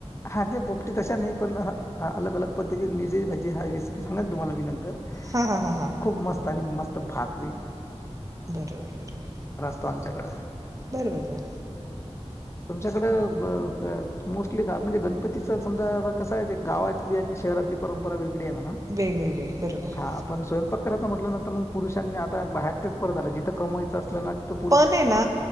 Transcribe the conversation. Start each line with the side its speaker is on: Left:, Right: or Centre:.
Left: हा ते पोपटी तशा नाही, पण अलग अलग पण त्याची मिरची भाजी, हा रेसिपी सांगिन तुम्हाला मी नंतर
Right: हा हा हा हा.
Left: खूप मस्त आणि मस्त भाकरी.
Right: बरोबर बरोबर.
Left: तो आमच्याकड
Right: बर बर बर.
Left: तुमच्याकड ब ग मोस्ट ली म्हणजे गणपतीचा समजा कसा हाय, गावातली आणि शहरातली परंपरा वेग गळी आहे म्हणा
Right: वेगवेगळी बरोबर
Left: हा पण स्वयंपाक कराच म्हटलं ना तर मग पुरुषांनी आता बाहेर तेच परत आल जिथं कमवायचं असलं ना तिथं पुरुष
Right: पण ये ना